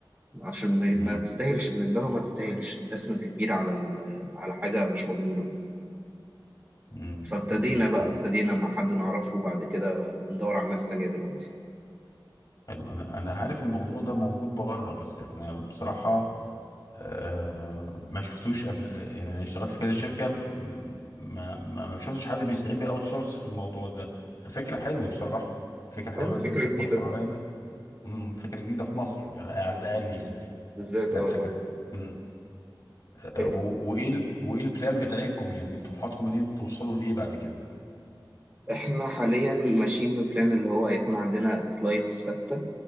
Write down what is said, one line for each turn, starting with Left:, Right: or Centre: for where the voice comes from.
Right: عشان ما
Left: مم.
Right: ما تستاهلش بالنسبه لهم ما تستاهلش انفستمنت كبير على ال- على حاجه مش مضمونه
Left: مم.
Right: فابتدينا
Left: مم.
Right: بقى ابتدينا مع حد نعرفه وبعد كده بندور على ناس تانية دلوقتي
Left: حلو انا انا عارف الموضوع ده موجود بره بس انا بصراحه آه ما شفتوش قبل يعني انا اشتغلت في كذا شركه م- ما ما ما شفتش حد بيستعين باوت سورس في الموضوع ده ففكره حلوه بصراحه فكره حلوه
Right: اه
Left: ان
Right: فكره
Left: انت
Right: جديده
Left: بتوفر علينا مم، فكره جديده في مصر على على الاقل يعني
Right: بالذات
Left: لا
Right: اه
Left: فكرة
Right: آه،
Left: امم و-
Right: آه.
Left: وايه ال... وايه البلان بتاعتكم يعني طموحاتكم ان انتوا توصلوا لايه بعد كده
Right: احنا حاليا ماشيين ببلان اللي هو هيكون عندنا كلاينتس ثابته